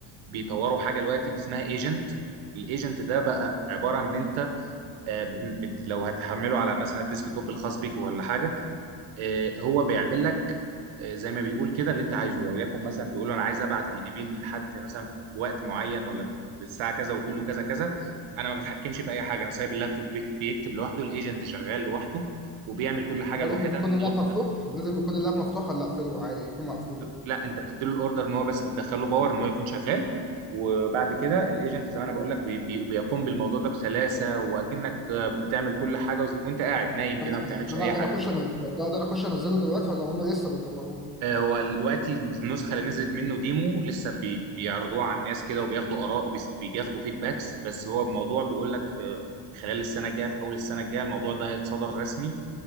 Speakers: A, on the right; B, in the centre.
A: بيطوروا حاجه دلوقتي اسمها ايجنت الايجنت ده بقى
B: آه.
A: عباره ان انت آه، بت... بت... لو هتحمله على مثلا الديسك توب الخاص بيك ولا حاجه آه، هو بيعمل لك آه، زي ما بيقول كده اللي انت عايزه لو ليكن مثلا تقول له انا عايز ابعت الايميل لحد مثلا في وقت معين ولا في الساعه كذا وقول له كذا كذا انا ما بتحكمش في اي حاجه انا سايب اللابتوب بيك- بيكتب لوحده الايجنت شغال لوحده وبيعمل كل حاجه
B: لازم
A: لوحدها
B: يكون
A: من
B: اللاب
A: غير تدخل
B: مفتوح لازم يكون اللاب مفتوح ولا اقفله عادي يكون مقفول
A: لا انت بتديله الاوردر ان هو بس بتدخله باور ان هو يكون شغال وبعد كده الايجنت زي ما انا بقول لك بي بي بيقوم بالموضوع ده بسلاسه واكنك آه، بتعمل كل حاجه وز- وانت قاعد نايم كده
B: ده
A: ما بتعملش
B: ده انا
A: اي
B: اقدر
A: حاجه
B: اخش انا ده اقدر اخش انزله دلوقتي ولا هم لسه بيطوروه
A: آه، والوقت النسخه اللي نزلت منه ديمو لسه بي بيعرضوها على الناس كده وبياخدوا اراء وبياخدوا فيدباكس بس هو الموضوع بيقول لك آه، خلال السنه الجايه في اول السنه الجايه الموضوع ده هيتصدر رسمي